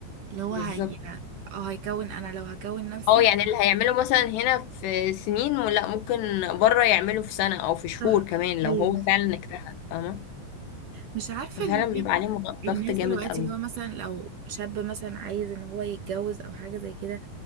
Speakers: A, on the right (about 65°); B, on the left (about 75°).
A: اللي هو
B: بالظبط
A: هي اه هيكون انا لو هكون نفسي
B: اه يعني اللي هيعمله مثلا هنا في سنين ولا ممكن بره يعمله في سنة او في شهور
A: صح
B: كمان لو
A: ايوه
B: هو فعلا اجتهد فاهمة
A: مش عارفة
B: ففعلا
A: ليه بين
B: بيبقى عليه مغ-
A: الناس
B: ضغط جامد
A: دلوقتي
B: قوي
A: اللي هو مثلا لو شاب مثلا عايز ان هو يتجوز او حاجة زي كده